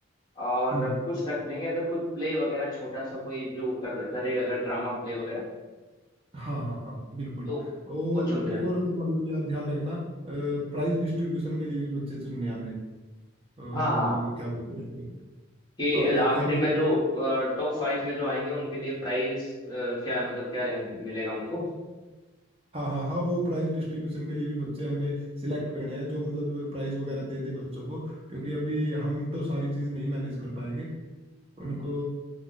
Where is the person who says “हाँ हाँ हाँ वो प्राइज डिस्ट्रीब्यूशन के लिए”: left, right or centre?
Right